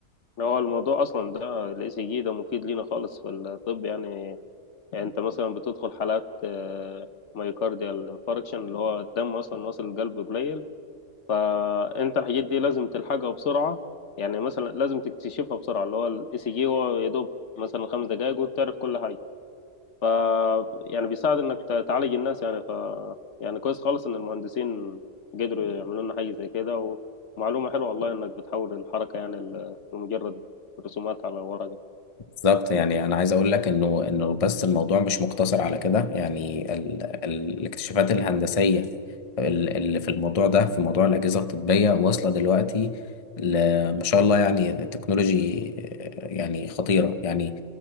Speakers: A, on the left; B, on the left.
A: هو الموضوع اصلا ده الاي سي جي ده مفيد لينا خالص في الطب يعني, يعني انت مثلا بتدخل حالات آه، مايوكارديال انفاركشن اللي هو الدم اصلا واصل القلب قليل فانت الحاجات دي لازم تلحقها بسرعه يعني مثلا لازم تكتشفها بسرعه اللي هو الاي سي جي هو يا دوب مثلا خمس دقائق وتعرف كل حاجه ف يعني بيساعد انك ت- تعالج الناس يعني ف يعني كويس خالص ان المهندسين قدروا يعملوا لنا حاجه زي كده ومعلومه حلوه والله انك بتحول الحركه يعني ل- لمجرد رسومات على ورقه
B: بالظبط يعني انا عايز اقول لك انه انه بس الموضوع مش مقتصر على كده يعني ال ال الاكتشافات الهندسيه ال- اللي في الموضوع ده في موضوع الاجهزه الطبيه واصله دلوقتي ل- ما شاء الله يعني تكنولوجي آه، يعني خطيره يعني